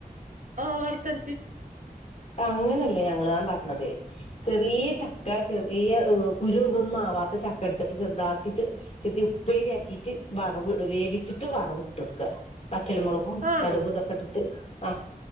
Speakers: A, on the right (about 55°); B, on the left (about 45°).
A: ആഹ് വറത്തരച്ച്
B: അങ്ങനല്ല ഞങ്ങള് ഞാ പറഞ്ഞത് ചെറിയ ച ക്ക ചെറിയ ഉം കുരു ഇതൊന്നും ആവാത്ത ചക്ക എടുത്തിട്ട് ചെറുതാക്കി ച്ചേ ചെത്തി ഉപ്പേരിയാക്കിട്ട് വറവ് വേവിച്ചിട്ട് വറവിട്ടെട്ക്കാ വറ്റല്മോളകും
A: ആണോ
B: കടുകു ഇതൊക്കെ ഇട്ടിട്ട് ആ